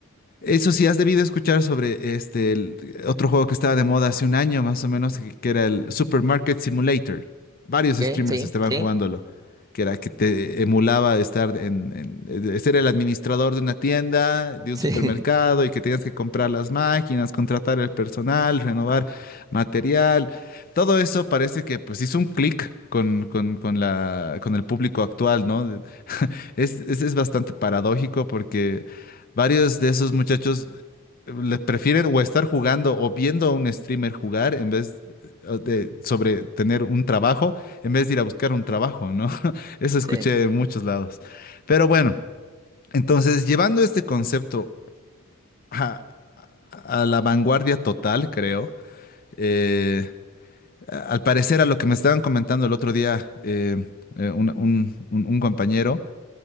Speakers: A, on the left (about 40°); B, on the right (about 15°).
A: eso sí, has debido escuchar sobre este el otro juego que estaba de moda hace un año más o menos, que, que era el Supermarket Simulator. Varios
B: Ok,
A: streamers
B: sí,
A: estaban
B: sí,
A: jugándolo, que era que te emulaba estar en, en- eh, ser el administrador de una tienda, de
B: <laughs> sí.
A: un supermercado, y que tenías que comprar las máquinas, contratar el personal, renovar material. Todo eso parece que pues hizo un clic con, con, con la, con el público actual, ¿no? Es, es, es bastante paradójico porque varios de esos muchachos eh, le prefieren o estar jugando o viendo a un streamer jugar en vez eh, de sobre tener un trabajo, en vez de ir a buscar un trabajo, ¿no? <laughs> Eso escuché
B: Sí.
A: en muchos lados. Pero bueno, entonces llevando este concepto a, a la vanguardia total, creo, eh, a- al parecer a lo que me estaban comentando el otro día eh, eh, un un- un- un compañero,